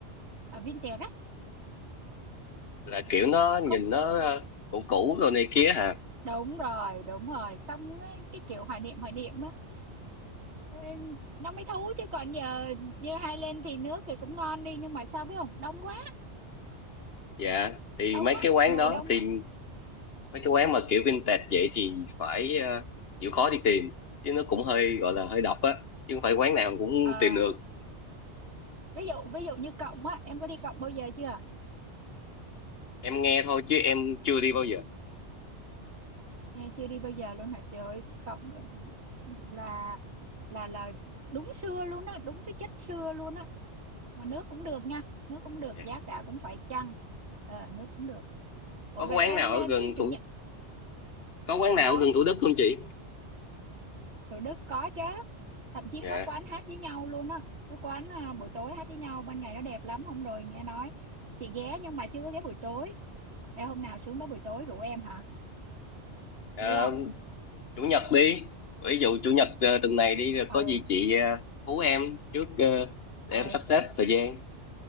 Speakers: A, on the right (about 70°); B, on the left (about 60°).
A: uh, vintage á
B: là kiểu nó nhìn
A: khúc
B: nó ờ, cũ cũ đồ này kia hả
A: đúng rồi đúng rồi xong á, cái kiểu hoài niệm hoài niệm á ê, nó mới thú chứ còn giờ như hai lên thì nước thì cũng ngon đi nhưng mà sao biết không đông quá
B: dạ thì
A: đông
B: mấy
A: quá
B: cái quán
A: ngồi
B: đó
A: đông
B: thì
A: quá
B: mấy cái quán mà kiểu vintage vậy thì phải ờ, chịu khó đi tìm chứ nó cũng hơi gọi là hơi độc á chứ không phải quán nào cũng
A: Ờ,
B: tìm được
A: ví dụ ví dụ như cộng á em có đi cộng bao giờ chưa
B: em nghe thôi chứ em chưa đi bao giờ
A: Nghe chưa đi bao giờ luôn hả trời ơi, cộng là là là là đúng xưa luôn á đúng cái chất xưa luôn á mà nước cũng được nha nước cũng được
B: Dạ.
A: giá cả cũng phải chăng ờ nước cũng được ủa
B: có
A: rồi
B: cái quán
A: em
B: nào ở gần
A: thứ chủ
B: thủ
A: nhật
B: có quán
A: ở
B: nào
A: đâu
B: ở gần Thủ Đức không chị
A: Thủ Đức có chứ thậm chí
B: dạ
A: có quán hát với nhau luôn á có quán à, buổi tối hát với nhau ban ngày nó đẹp lắm hôm rồi nghe nói chị ghé nhưng mà chưa có ghé buổi tối Ê, hôm nào xuống đó buổi tối rủ em hả
B: Ờ,
A: đi không
B: chủ nhật đi ví dụ chủ nhật ờ, tuần này đi rồi có
A: ừ
B: gì chị ờ, hú em trước ờ, để
A: ừ
B: em sắp xếp thời gian